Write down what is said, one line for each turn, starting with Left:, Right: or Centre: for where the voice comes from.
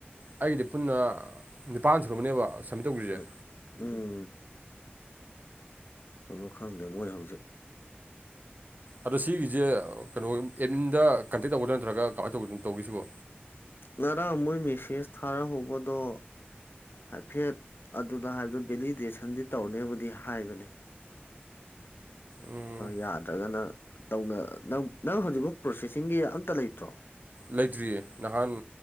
Right: ꯑꯩꯒꯤꯗꯤ ꯄꯨꯟꯅ ꯅꯤꯄꯥꯟ ꯁꯨꯔꯝꯃꯅꯦꯕ ꯁꯝꯃꯤꯠ ꯇꯧꯒꯔꯤꯖꯦ
Left: ꯎꯝ ꯎꯝ ꯑꯗꯨ ꯈꯪꯗꯦ ꯃꯣꯏ ꯍꯧꯖꯤꯛ
Right: ꯑꯗꯣ ꯁꯤꯒꯤꯖꯦ ꯀꯩꯅꯣ ꯑꯦꯠꯃꯤꯟꯗ ꯀꯟꯇꯦꯛ ꯇꯧꯒꯗ꯭ꯔꯥ ꯅꯠꯇ꯭ꯔꯒ ꯀꯃꯥꯏꯅ ꯇꯧꯒꯅꯣ ꯇꯧꯒꯦꯁꯤꯕꯣ
Left: ꯉꯔꯥꯡ ꯃꯣꯏ ꯃꯦꯁꯦꯖ ꯊꯥꯔꯛꯍꯧꯕꯗꯣ ꯍꯥꯏꯐꯦꯠ ꯑꯗꯨꯗ ꯍꯥꯏꯕꯗꯨ ꯚꯦꯂꯤꯗꯦꯁꯟꯗꯤ ꯇꯧꯅꯦꯕꯨꯗꯤ ꯍꯥꯏꯕꯅꯤ
Right: ꯎꯝ
Left: ꯌꯥꯗ꯭ꯔꯒꯅ ꯇꯧꯅ ꯅꯪ-ꯅꯪ ꯍꯧꯖꯤꯛꯕꯨꯛ ꯄ꯭ꯔꯣꯁꯦꯁꯤꯡꯒꯤ ꯑꯝꯇ ꯂꯩꯇ꯭ꯔꯣ
Right: ꯂꯩꯇ꯭ꯔꯤꯌꯦ ꯅꯍꯥꯟ